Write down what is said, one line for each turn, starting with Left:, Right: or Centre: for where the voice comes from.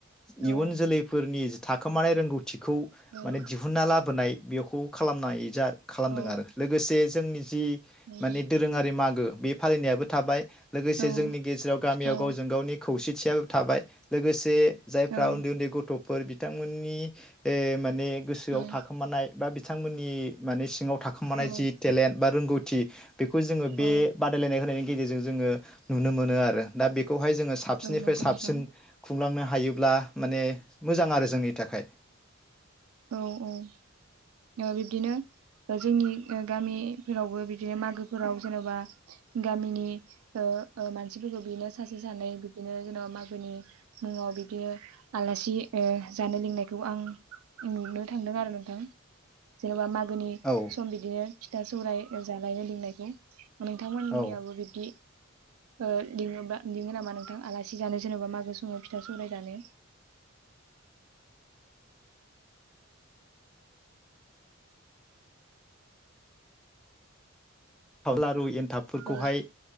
Centre: इयुन
Right: औ
Centre: जोलैफोरनि थाखोमानाय रोंगौथिखौ
Right: औ
Centre: माने दिहुनना लाबोनाय बेखौ खालामनाय जा खालामदों
Right: औ
Centre: आरो लोगोसे जोंनि जि
Right: नंगौ
Centre: माने दोरोङारि मागो बे फालिनायाबो थाबाय लोगोसे
Right: औ
Centre: जोंनि गेजेराव गामियाव
Right: औ
Centre: गावजों गावनि खौसे थियाबो थाबाय लोगोसे जायफ्रा
Right: औ
Centre: उन्दै उन्दै गथ' फोर बिथांमोननि ए माने गोसोआव
Right: औ
Centre: थाखोमानाय बा बिथांमोननि माने सिङाव थाखोमानाय
Right: औ
Centre: जि टेलेन्ट बा रोंगौ थि बेखौ जोङो
Right: औ
Centre: बे बादायलायनाय होनायनि गेजेरजों जोङो नुनो मोनो आरो दा बे खौहाय जोङो साबसिननिफ्राय
Right: औ नंगौ
Centre: साबसिन
Right: नोंथां
Centre: खुंलांनो हा हायोब्ला माने मोजां आरो जोंनि थाखाय
Right: औ औ ओ बिब्दिनो जोंनि गामिफोरावबो बिदिनो मागोफोराव जेन'बा गामिनि ओ ओ मानसिफोरखौ बिदिनो सासे सानै बिब्दिनो जेनेबा मागोनि मुङाव बिब्दिनो आलासि ओ जानो लेंनायखौ आं नुनो थांदों आरो नोंथां जेन'बा माग गोनि
Centre: औ
Right: सम बिदिनो फिथा सौराय जालायनो लेंनायखौ नोंथांमोननियाबो
Centre: औ
Right: बिदि ओ लिङोबा लिङो नामा नोंथां? आलासि जानो जेनेबा मागो समाव फिथा सौराय जानो?
Centre: थाव लारु एन थाबफोरखौहाय
Right: औ